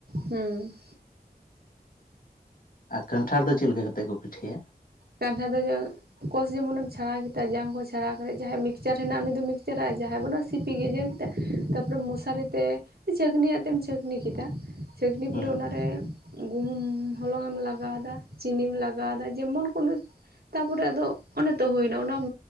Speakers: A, on the right; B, on the left.
A: ᱦᱩᱸ,
B: ᱟ ᱠᱟᱱᱴᱷᱟᱲ ᱫᱚ ᱪᱮᱜᱞᱮᱠᱟ ᱠᱟᱛᱮ ᱠᱚ ᱯᱤᱴᱷᱟᱹᱭᱟ?
A: ᱠᱟᱱᱸᱴᱷᱟ ᱫᱚ ᱡᱚ ᱠᱚᱥ ᱡᱮᱢᱚᱱᱮᱢ ᱪᱷᱟᱲᱟᱣ ᱠᱮᱫᱟ, ᱡᱟᱝ ᱦᱚᱸ ᱪᱷᱟᱲᱟᱣ ᱠᱟᱛᱮᱫ, ᱡᱟᱦᱟᱭ ᱢᱤᱠᱥᱪᱟᱨ ᱦᱮᱱᱟᱜ ᱩᱱᱤ ᱫᱚ ᱢᱤᱠᱪᱟᱨᱟ, ᱡᱟᱦᱟ ᱵᱟᱹᱱᱩᱜ ᱥᱤ- -ᱯᱤ ᱜᱮᱡᱮᱨ ᱠᱟᱛᱮᱜ, ᱛᱟᱯᱚᱨᱮ ᱢᱚᱥᱟᱨᱤ ᱛᱮ ᱪᱷᱟᱹᱠᱱᱤᱭᱟᱜ ᱛᱮᱢ ᱪᱷᱟᱹᱠᱱᱤ ᱠᱮᱫᱟ, ᱪᱷᱟᱹᱠᱱᱤ
B: ᱦᱩᱸ
A: ᱯᱚᱨᱮ ᱚᱱᱟ ᱨᱮ ᱜᱩᱦᱩᱢ ᱦᱚᱞᱚᱝᱮᱢ ᱞᱟᱜᱟᱣᱫᱟ, ᱪᱤᱱᱤᱢ ᱞᱟᱜᱟᱣᱫᱟ, ᱡᱮᱢᱚᱱ ᱠᱩᱱᱩᱡ ᱛᱟᱯᱚᱨᱮ ᱟᱫᱚ ᱚᱱᱮ ᱛᱚ ᱦᱩᱭᱱᱟ, ᱚᱱᱟᱢ